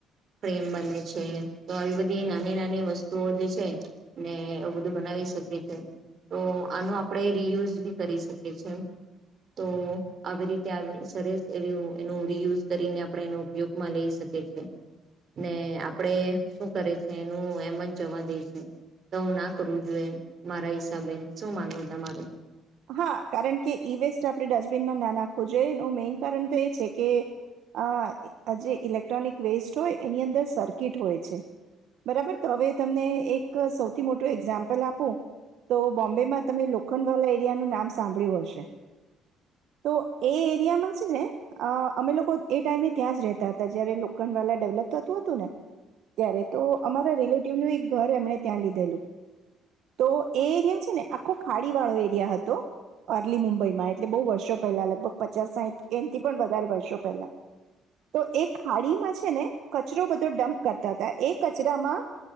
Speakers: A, on the right; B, on the right.
A: ફ્રેમ બને છે તો આવી બધી નાની નાની વસ્તુઓ જે છે. ને એવું બધું બનાવી શકીએ છે તો આનો આપણે રિયુઝ બી કરી શકીએ છે તો આવી રીતે આવી સરસ એવું એનું રિયુઝ કરીને આપણે એનો ઉપયોગમાં લઈ શકીએ છે ને આપણે શું કરે છે એનું એમ જ જવા દઈ છે. તો હું ના કરવું જોઈએ મારા હિસાબે શું માનવું તમારું?
B: હા કારણ કે ઈ વેસ્ટ આપણે ડસ્ટબિનમાં ના નાખવો જોઈએ એનું મેઈન કારણ તો એ છે કે અ જે ઇલેક્ટ ક્ટ્રોનિક વેસ્ટ હોય એની અંદર સર્કિટ હોય છે, બરાબર હવે તમને એક એક સૌથી મોટું એક્ઝામ્પલ આપો. તો બોમ્બે માં તમે લોખંડ વાલા <unintelligible> નું નામ સાંભળ્યું હશે. તો એ એરિયામાં છે ને અ અમે લોકો એ ટાઈમે ત્યાં જ રહેતા હતા જય્યારે લો <unintelligible> ડેવલપ થતું હતું ને ત્યારે તો અમારા રિલેટિવનું એક ઘર એમણે ત્યાં લીધેલું તો એ એરિયા છે ને આખો ખાડી વાળો એરિયા હ તો અર્લી મુંબઈ માં એટલે બહુ વર્ષો પહેલા લગભગ પચાસ સાહીઠ એન થી પણ વધારે વર્ષો પેલા. તો એ ખાડીમાં છે ને કચરો બધો ડમ્પ કરતા હતા એ કચરામાં